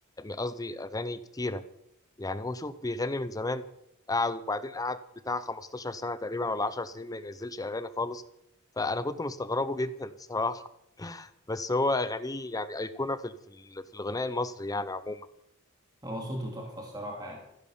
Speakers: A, on the left; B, on the right.
A: قصدي اغاني كتيره يعني هو شوف بيغني من زمان قعد وبعدين قعد بتاع 15 سنه تقريبا ولا 10 سنين ما ينزلش اغاني خالص فانا كنت مستغربه جدا <laughs> بصراحه بس هو اغانيه يعني ايقونه في ال- في ال- في الغناء المصري يعني عموما
B: هو صوته تحفة الصراحة يعني